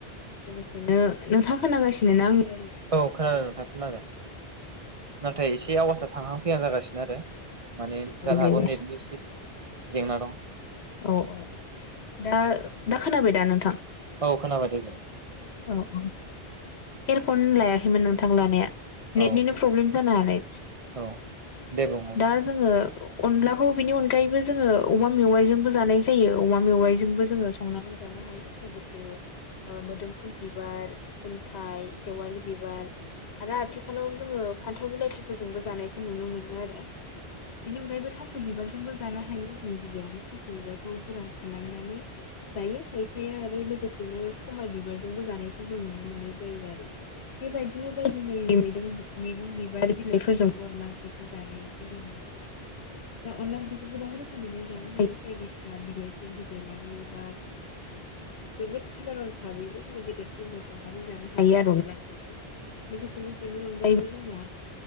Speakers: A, on the left; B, on the right.
A: लोगोसेनो नोंथाङा खोनागासिनो आंनि
B: औ खोनादों नोंथां खोनादों। नाथाय एसे आवासआ थांहां फैया जागासिनो आरो माने जानो
A: दे
B: हागौ
A: दे
B: नेटनि एसे जेंना दं
A: औ दा दा खोनाबाय दा नोंथां?
B: औ खोनाबाय दे
A: औ औ एयारफन लायाखैमोन नोंथां लानाया नेटनिनो
B: औ
A: प्रब्लेम जानो हानाय
B: औ दे बुं
A: दा जोङो अनलाखौ बिनि अनगायैबो जोङो अमा मेवाइजोंबो जानाय जायो अमा मेवाइजोंबो जोङो संनानै जानाय जानो हायो लोगोसे ओ मोदोम फुल बिबार खुन्थाइ सेवालि बिबार आरो आथिखालाव जोङो फान्थाव बिलाथिफोरजोंबो जानायखौ नुनो मोनो आरो बेनि अनगायैबो थास' बिबारजोंबो जानो हायो जों गिबियावनो थास' बिबारखौ गोरान खालामनानै जायो खायफाया आरो लोगोसेनो खोमा बिबारजोंबो जानायखौ जों नुनो मोननाय जायो आरो बेबायदिनो बायदि-बायदि मैदं मैगं बिबार बिलाइफोरजोंबो अनला ओंख्रिखौ जानायखौ जों
B: <inaudible>
A: दा अनला ओंख्रिखौ गोबां रोखोमैनो जानो हायो बायदिसिना बिलाइफोर होदेरनानै बा जोबोद साधारन भाबैबो जों बेदरफोरजों संनानै जानो हायो आरो अनला ओंख्रिखौ लोगोसेनो बेनि अनगायैबो जोंना